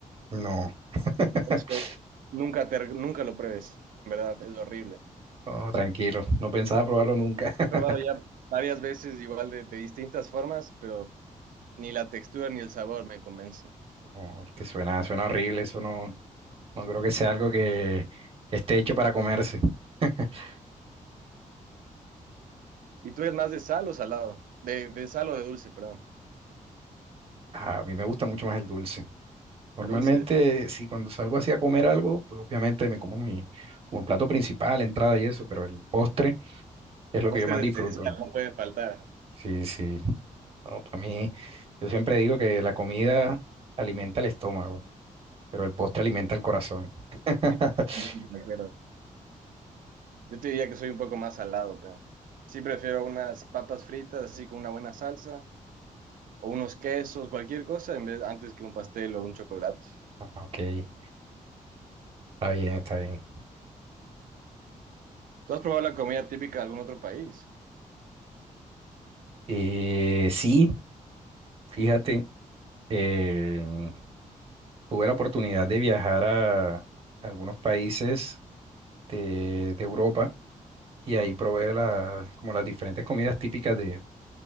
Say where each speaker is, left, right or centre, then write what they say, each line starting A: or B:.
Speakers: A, on the right; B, on the right.
A: No, <laughs>
B: Eso nunca, te- nunca lo pruebes, en verdad, es horrible.
A: no, tranquilo, no pensaba probarlo nunca. <laughs>
B: Lo he probado ya varias veces, igual de, de distintas formas, pero ni la textura ni el sabor me convencen.
A: No, es que suena, suena horrible, eso no, no creo que sea algo que, que esté hecho para comerse. <laughs>
B: ¿Y tú eres más de sal o salado? De, de sal o de dulce, perdón.
A: A mí me gusta mucho más el dulce. Normalmente,
B: El dulce.
A: si cuando salgo así a comer algo, pues obviamente me como mi, como el plato principal, entrada y eso, pero el postre es
B: El
A: lo que
B: postre
A: yo más
B: de
A: disfruto.
B: encina no puede faltar.
A: Sí, sí. No, para mí, yo siempre digo que la comida alimenta el estómago, pero el postre alimenta el corazón. <laughs>
B: <laughs> De acuerdo. Yo te diría que soy un poco más salado, pero sí prefiero unas papas fritas así con una buena salsa o unos quesos, cualquier cosa, en vez, antes que un pastel o un chocolate.
A: Ok, está bien, está bien.
B: ¿Tú has probado la comida típica de algún otro país?
A: Eh, sí, fíjate, eh, tuve la oportunidad de viajar a algunos países de, de Europa y ahí probé la- como las diferentes comidas típicas de,